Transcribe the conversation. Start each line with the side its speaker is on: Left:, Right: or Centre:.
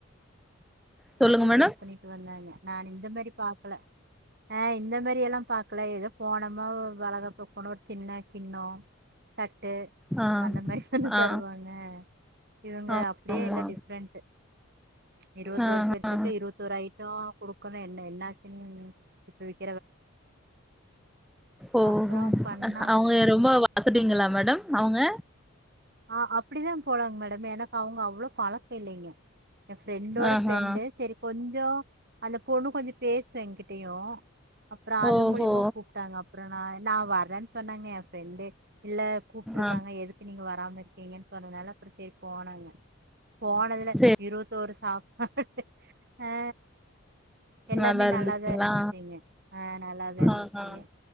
Centre: சொல்லுங்க
Right: அத
Centre: மேடம்
Right: இது பண்ணிட்டு வந்தாங்க நான் இந்த மேரி பாக்கல நா இந்த மாரி எல்லாம் பாக்கல ஏதோ போனோமா வளகாப்புக்கு போனா ஒரு சின்ன கிண்ணோ தட் ட்டு
Centre: ஆ
Right: அந்த மாரி சொல்லித்
Centre: ஆ
Right: தருவாங்க இவுங்க
Centre: ஆமா
Right: அப்டியே
Centre: ஆமா
Right: இல்ல டிஃப்ரெண்ட்டு இருபத் த்தொரு
Centre: ஆ
Right: பேருத்துக்கு
Centre: ஆ
Right: இருபத்தொரு ஐட்டோ குடுக்கணு என்ன-என்ன உம் <unintelligible>
Centre: ஓ-ஓ
Right: அப்றோ பண்ணாங்க
Centre: அவுங்க ரொம்ப வாசதிங்கலகளா மேடம் அவுங்க
Right: ஹா அப்டிதான் போலாங்க மேடம் எனக்கு அவுங்க அவ்ளோ பலக்கம் இல்லைங்க ஏன் ஃப்ரெண்டோட
Centre: ஆஹா
Right: ஃப்ரெண்டு செரி கொஞ்சோ அந்த பொண்ணு கொஞ்ச பேசு என்கிட்டயும் அப்புறம் அது
Centre: ஓஹோ
Right: மூலிமா கூப்ட்டாங்க ப்ற நா நா வரறேன்னு சொன்னாங்க என் ஃப்ரெண்டு இல்ல கூப்ட்ருக்காங்க
Centre: ஆ
Right: எதுக்கு நீங்க வர் இருக்கீங்கன்னு சொன்னனால அது சரி போனாங்க போனதுல
Centre: சரி
Right: இருவத்தொரு சாப்பாடு ஹா எல்லாமே
Centre: நல்லா இருந்துச்சுங்களா
Right: நல்லாதான் இருந்துச்சுங்க ஹா நல்லாதான் இருந்துச்சுங்க
Centre: ஆஹா